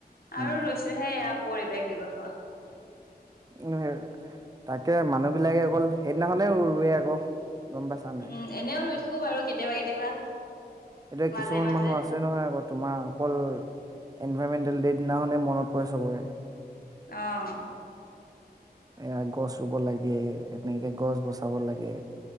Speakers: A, on the right (about 20°); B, on the left (about 65°).
A: উম
B: আৰু ৰৈছোহে এয়া পৰিৱেশ দিৱসত।
A: উম, তাকে মানুহ বিলাকে গ'ল সেইদিনাখনেও ৰুৱে আকৌ। গম পাইছা নাই
B: উম, এনেও ৰুই থাকো বাৰু কেতিয়াবা - কেতিয়াবা।
A: এতিয়া
B: মাজে
A: কিছুমান
B: মাজে
A: মানুহ আছে নহয় আকৌ তোমাৰ অকল এনভাইৰমেন্টেল ডে দিনাখনে মনত পৰে চবৰে।
B: অহ ',
A: এয়া গছ ৰুব লাগে এনেকে গছ বচাব লাগে।